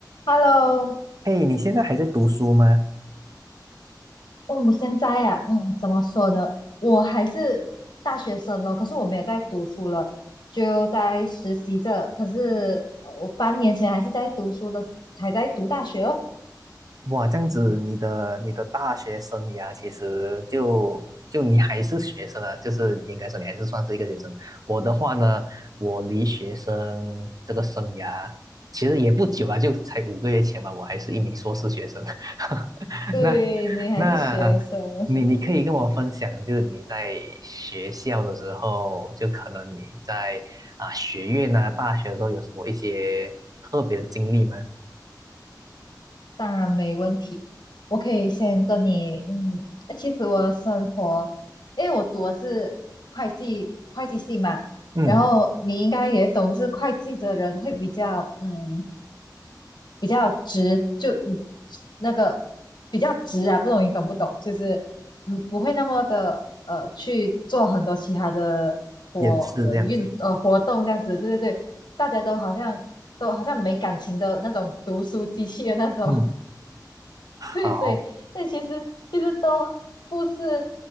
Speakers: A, on the left; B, on the right.
A: Hello，
B: 嘿，你现在还在读书吗？
A: 哦，我现在啊，嗯，怎么说呢？我还是大学生咯，可是我没有在读书了，就在实习着。可是呃我半年前还是在读书的，还在读大学哦。
B: 哇，这样子，你的你的大学生涯其实就就你还是学生啊，就是应该说你还是算是一个学生。我的话呢，我离学生这个生涯其实也不久啊，就才五个月前吧，我还是一名硕士学生。<laughs>
A: 对，
B: 那
A: 你还是学生，
B: 那呃你你可以跟我分享，
A: <laughs>
B: 就是你在学校的时候，就可能你在啊学院啊大学的时候有什么一些特别的经历吗？
A: 当然没问题。我可以先跟你，嗯，呃其实我的生活，因为我读的是会计会计系嘛，
B: 嗯。
A: 然后你应该也懂，就是会计的人会比较，嗯。比较直，就嗯那个比较直啊，不懂你懂不懂？就是嗯不会那么的呃去做很多其他的活呃运呃活动这样子，
B: 掩饰这样子。
A: 对对对，大家都好像都好像没感情的那种读书机器的那种，
B: 嗯，
A: <laughs> 对，
B: 好，
A: 所以所以其实其实都不是